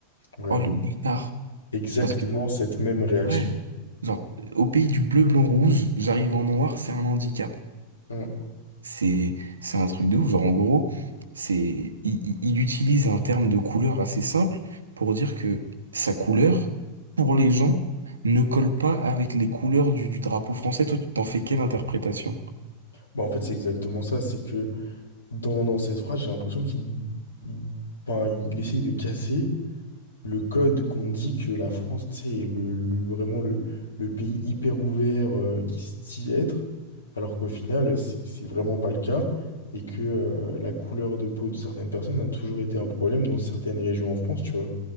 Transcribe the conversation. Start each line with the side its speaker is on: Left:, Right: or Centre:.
Left: Ouais,
Right: oh le bâtard.
Left: exactement
Right: Parce que,
Left: cette même réaction.
Right: ouais, genre, au pays du bleu, blanc, rouge, j'arrive en noir, c'est un handicap.
Left: Mm.
Right: C'est, c'est un truc de ouf. Genre, en gros, c'est, il, il- il utilise un terme de couleur assez simple pour dire que sa couleur, pour les gens, ne colle pas avec les couleurs du, du drapeau français. Toi, tu t'en fais quelle interprétation?
Left: Bah, en fait, c'est exactement ça, c'est que Dans, dans cette phrase, j'ai l'impression qu'il il, enfin, il essaye de casser le code qu'on dit que la France, tu sais, est le, le- vraiment le, le pays hyper ouvert euh, qui se dit être, alors qu'au final, c'est c'est vraiment pas le cas, et que euh, la couleur de peau de certaines personnes a toujours été un problème dans certaines régions en France, tu vois.